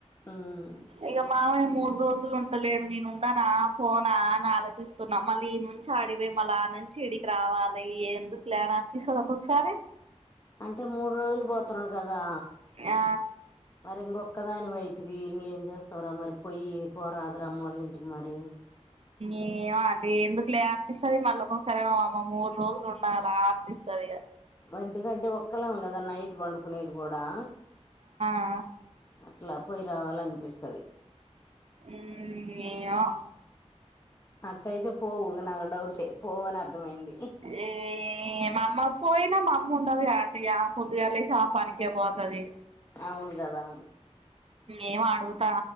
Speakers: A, on the left (about 25°); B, on the right (about 55°).
A: ఉమ్
B: ఇక మావయ్య మూడు రోజులు ఉంటలేడు నేను ఉన్నానా పోనా అని ఆలోచిస్తున్నా మళ్ళీ ఈ నుంచి ఆడిపోయి మళ్ళీ ఆ నుంచి ఏడకి రావాలి ఎందుకులే అనిపిస్తది ఒక్కొక్కసారి
A: అంటే మూడు రోజులు పోతున్నాడు కదా
B: ఆ
A: మరీ ఒక్కదానివైతివి చేస్తావారా మరి పొయ్యి పోరాద అమ్మోలు ఇంటికి మరి
B: ఏమ అదే ఎందుకు లే అనిపిస్తుది మళ్ళీ ఒకొసారి ఏమో అమ్మ మూడు రోజులు ఉండల అనిపిస్తది
A: ఎందుకంటే ఒక్కళం కదా నైట్ పండుకునేది కూడా
B: ఆ
A: అట్లా పోయి రావాల అనిపిస్తది
B: ఉమ్ ఏమో
A: అట్టయితే పోవు ఇంగ నాకు డౌటే పోవు అని అర్థమైంది
B: ఏ మమా పోయినా మా అమ్మ ఉండది అ పొద్దుగాలేసి ఆ పనికి పోతుది
A: అవును కదా
B: ఏం అడుగుతా